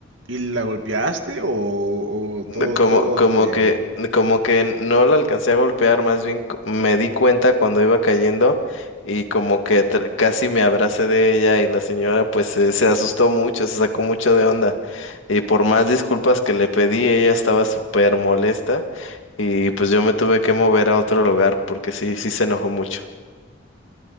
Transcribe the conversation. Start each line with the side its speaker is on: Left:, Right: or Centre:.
Right: ¿Y la golpeaste o, o
Left: No,
Right: todo,
Left: Como,
Right: todo,
Left: como
Right: todo bien,
Left: que,
Right: o no?
Left: como que no la alcancé a golpear, más bien co- me di cuenta cuando iba cayendo y como que tr- casi me abracé de ella y la señora pues se, se asustó mucho, se sacó mucho de onda y por más disculpas que le pedí, ella estaba súper molesta y pues yo me tuve que mover a otro lugar porque sí, sí se enojó mucho.